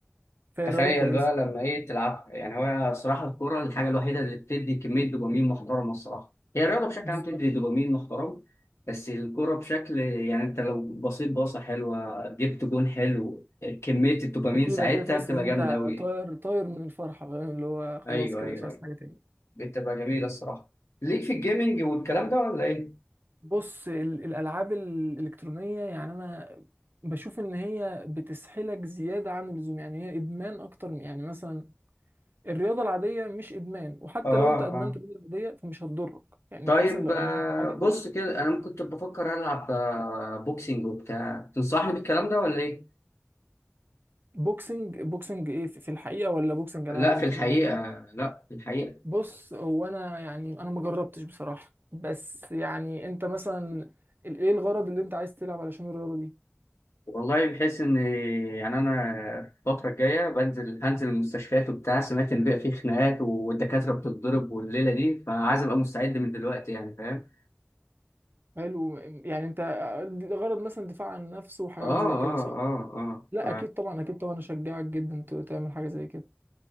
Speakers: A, on the right (about 50°); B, on the left (about 80°).
A: في
B: تخيل
A: رياضة كويسة
B: بقى لما ايه تلعبها يعني هو صراحه الكوره الحاجه الوحيده اللي بتدي كميه دوبامين محترمه الصراحه هي الرياضه بشكل
A: بالظبط
B: عام بتدي دوبامين محترم بس الكوره بشكل يعني انت لو بصيت باصه حلوه جبت جون حلو كميه الدوبامين
A: أكيد
B: ساعتها
A: أكيد تحس
B: بتبقى
A: إن أنت
B: جامده قوي
A: طاير طاير من الفرحة فاهم؟ اللي هو خلاص
B: ايوه
A: كده
B: ايوه
A: مش عايز
B: ايوه
A: حاجة تاني
B: بتبقى جميله الصراحه ليك في الجيمنج والكلام ده ولا ايه
A: بص ال- الالعاب الالكترونيه يعني انا بشوف ان هي بتسحلك زياده عن اللزوم يعني هي ادمان اكتر من- يعني مثلا الرياضه العاديه مش ادمان وحتى
B: اه
A: لو انت ادمنت
B: اه
A: الرياضه العاديه فمش هتضرك يعني
B: طيب
A: انت مثلا لو
B: آه،
A: ادمنت حاجه
B: بص
A: زي
B: كده انا كنت بفكر العب آه، بوكسينج وبتاع تنصحني بالكلام ده ولا ايه
A: بوكسنج بوكسنج ايه في في الحقيقه ولا بوكسنج
B: لا
A: العاب الكترونيه
B: في الحقيقه لا في الحقيقه
A: بص هو انا يعني انا ما جربتش بصراحه بس يعني انت مثلا ال- ايه الغرض اللي انت عايز تلعب علشان الرياضه دي
B: والله بحيث ان يعني انا الفتره الجايه بنزل هنزل المستشفيات وبتاع سمعت ان بقى فيه خناقات والدكاتره بتتضرب والليله دي فعايز ابقى مستعد من دلوقتي يعني فاهم
A: حلو يعني انت غرض مثلا دفاع عن النفس وحاجات
B: اه
A: زي كده
B: اه
A: صح
B: اه اه
A: لا
B: ف
A: اكيد طبعا اكيد طبعا اشجعك جدا ت- تعمل حاجه زي كده